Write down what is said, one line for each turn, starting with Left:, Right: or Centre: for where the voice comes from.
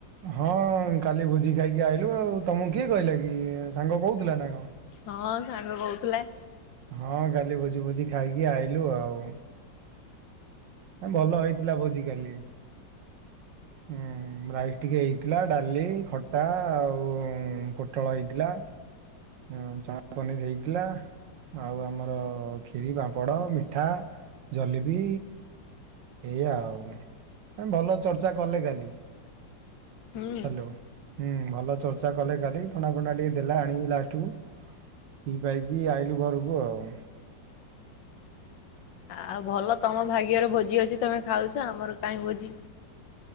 Right: ହଁ କାଲି ଭୋଜି ଖାଇକି ଆଇଲୁ ଆଉ ତମକୁ କିଏ କହିଲା କି ସାଙ୍ଗ କହୁଥିଲା ନା କଣ
Left: ହଁ ସାଙ୍ଗ କହୁଥିଲା।
Right: ହଁ କାଲି ଭୋଜି ଭୋଜି ଖାଇକି ଆଇଲୁ ଆଉ ଏଁ ଭଲ ହେଇଥିଲା ଭୋଜି କାଲି ହୁଁ ରାଇସ୍ ଟିକେ ହେଇଥିଲା ଡାଲି, ଖଟା ଆଉ ପୋଟଳ ହେଇଥିଲା। ହୁଁ ଚଣା ପନିର୍ ହେଇଥିଲା। ଆଉ ଆମର କ୍ଷୀରି, ପାମ୍ପଡ଼, ମିଠା, ଜଲିପି ଏଇଆା ଆଉ ଏ ଭଲ ଚର୍ଚ୍ଚା କଲେ କାଲି
Left: ହୁଁ।
Right: ହାଲୋ ହୁଁ ଭଲ ଚର୍ଚ୍ଚା କଲେ କାଲି ଥଣ୍ଡା ଫଣ୍ଡା ଟିକେ ଦେଲେ ଆଣିକି ଲାଷ୍ଟ କୁ ପିଇ ପାଇକି ଆଇଲୁ ଘରକୁ ଆଉ
Left: ଆଉ ଭଲ ତମ ଭାଗ୍ୟର ଭୋଜି ଅଛି ତମେ ଖାଉଛ ଆମର କାଇଁ ଭୋଜି